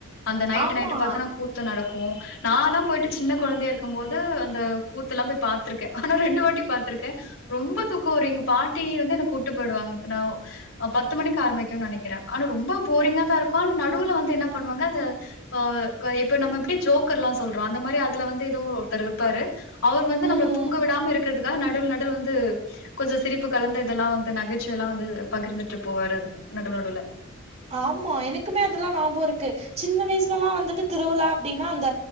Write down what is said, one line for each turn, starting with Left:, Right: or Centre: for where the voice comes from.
Left: அந்த நைட்
Right: ஆமா
Left: நைட் பா்த்தன்னா கூத்து நடக்கூ நாலா போயிட்டு சின்ன கொழந்தையா இருக்கும் போது அந்த கூத்து எல்லாம் போய் பாத்திருக்கே ஆனா ரெண்டு வாட்டி பாத்திருக்கேன் ரொம்ப தூக்கொ வரு எங்க பாட்டி வந்து என்ன கூட்டு போயிடுவாங்க நா ஆ பத்து மணிக்கு ஆரம்பிக்குன் நெனைக்கிறே ஆனா ரொம்ப போரிங்கா தா இருக்கூ ஆனா நடுவுல வந்து என்ன பண்ணுவாங்க அத ஆ கு இப்ப நம்ம எப்டி ஜோக்கர்ல்லா சொல்றோ அந்த மாரி அதுல வந்து எதோ ஒருத்தர் இருப்பாரு அவுர் வந்து நம்மள
Right: ம்
Left: வந்து தூங்க விடாம இருக்கிறதுக்காக நடுல் நடுல வந்து கொஞ்ச சிரிப்பு கலந்த இதெல்லா வந்து நகைச்சுவ எல்லா வந்து பகிர்ந்துட்டு போவாரு அது நடுநடுவுல
Right: ஆமா எனக்குமே அதெல்லா நாபொ இருக்கு சின்ன வயசுலல்லா வந்துட்டு திருவிழா அப்டின்னா அந்த